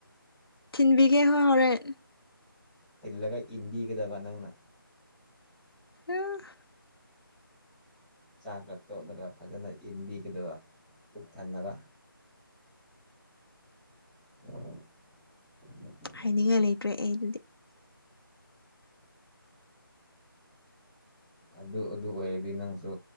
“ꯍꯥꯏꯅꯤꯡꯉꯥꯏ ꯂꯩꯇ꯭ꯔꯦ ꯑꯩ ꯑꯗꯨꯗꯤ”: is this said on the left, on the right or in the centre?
Left